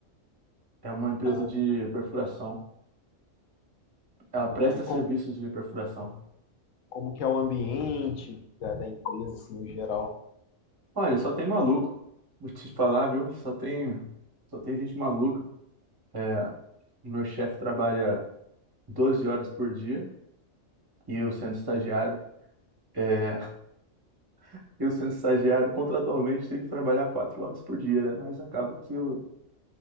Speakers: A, on the right; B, on the left.
A: É uma empresa
B: Ah,
A: de perfuração. Ela
B: ah,
A: presta
B: e
A: serviços
B: com
A: de perfuração.
B: como que é o ambiente da, da empresa, assim, em geral?
A: Olha, só tem maluco. Vou te falar, viu? Só tem, só tem gente maluca. É, meu chefe trabalha 12 horas por dia e eu sendo estagiário. é, <laughs> eu sendo estagiário, contratualmente, tenho que trabalhar 4 horas por dia, né? Mas acaba que eu